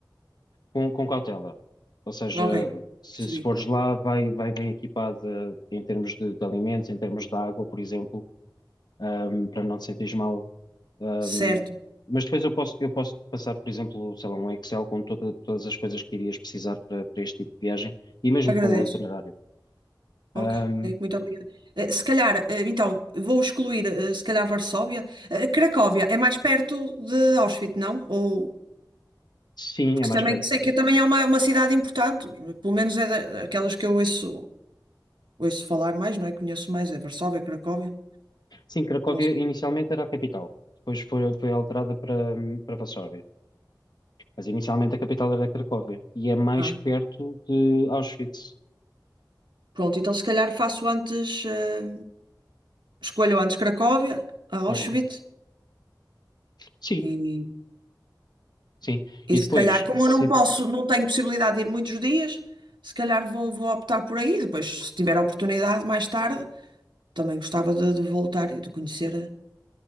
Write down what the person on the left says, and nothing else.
com, com cautela. Ou seja,
se,
se fores lá, vai, vai bem equipada em termos de, de alimentos, em termos de água, por exemplo, ahm, para não te sentires mal. Ahm,
mas depois eu posso, eu posso passar, por exemplo, sei lá, um Excel com toda- todas as coisas que irias precisar para, para este tipo de viagem e mesmo
com o itinerário.
Ahm,
sim,
é mais
perto.
Sim, Cracóvia
inicialmente era a capital, depois foi, foi alterada para, para Varsóvia. Mas inicialmente a capital era Cracóvia e é mais
perto de Auschwitz.
Uhum. Sim,
sim.
E
depois,
se-